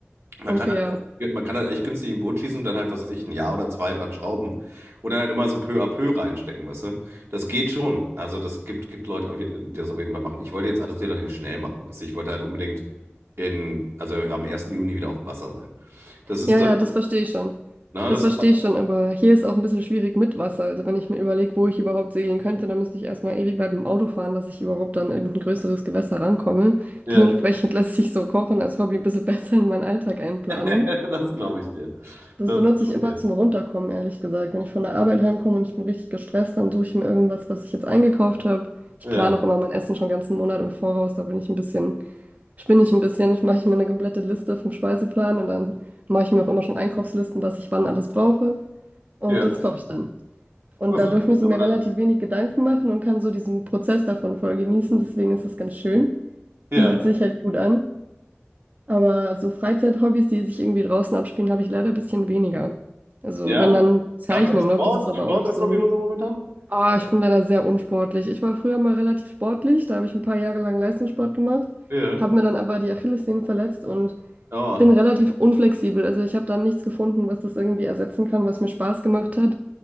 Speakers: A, on the right; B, on the right.
A: Man
B: Okay,
A: kann halt,
B: ja.
A: man kann halt echt günstig ein Boot schießen und dann halt, was weiß ich, ein Jahr oder zwei dran schrauben oder halt immer so peu à peu reinstecken, weißt du. Das geht schon. Also das gibt, gibt Leute, die das auf jeden Fall machen. Ich wollte jetzt alles relativ schnell machen, weißt du. Ich wollte halt unbedingt in, also am ersten Juni wieder auf dem Wasser sein. Das ist,
B: Ja,
A: äh,
B: ja, das verstehe ich schon.
A: na,
B: Das
A: das
B: verstehe
A: ist,
B: ich schon, aber hier ist auch ein bisschen schwierig mit Wasser. Also wenn ich mir überlege, wo ich überhaupt segeln könnte, dann müsste ich erstmal ewig weit mit dem Auto fahren, dass ich überhaupt an irgendein größeres Gewässer rankomme.
A: ja,
B: Dementsprechend lässt sich so Kochen als Hobby ein bisschen <laughs> besser in meinen Alltag einplanen.
A: <laughs> das glaube ich dir.
B: Das
A: Das
B: benutze
A: glaube
B: ich immer
A: ich dir.
B: zum Runterkommen, ehrlich gesagt. Wenn ich von der Arbeit heimkomme und ich bin richtig gestresst, dann suche ich mir irgendwas, was ich jetzt eingekauft habe. Ich
A: Ja,
B: plane auch immer mein Essen schon ganzen Monat im Voraus. Da bin ich ein bisschen, spinne ich ein bisschen. Ich mache mir eine komplette Liste vom Speiseplan und dann mache ich mir auch immer schon Einkaufslisten, was ich wann alles brauche. Und
A: ja.
B: das koche ich dann. Und
A: Das
B: dadurch
A: ist
B: muss
A: gut,
B: ich
A: aber
B: mir
A: das,
B: relativ wenig Gedanken machen und kann so diesen Prozess davon voll genießen. Deswegen ist das ganz schön.
A: ja,
B: Bietet sich halt gut an. Aber so Freizeithobbys, die sich irgendwie draußen abspielen, habe ich leider ein bisschen weniger. Also
A: ja.
B: wenn dann Zeichnen
A: Gar kein Sport,
B: noch, das ist aber
A: Sport
B: auch
A: als
B: so
A: Hobby
B: ein...
A: oder so momentan?
B: Ah, ich bin leider sehr unsportlich. Ich war früher mal relativ sportlich, da habe ich ein paar Jahre lang Leistungssport gemacht,
A: Ja.
B: habe mir dann aber die Achillessehne verletzt und
A: Oh,
B: bin relativ unflexibel. Also ich habe dann nichts gefunden, was das irgendwie ersetzen kann, was mir Spaß gemacht hat.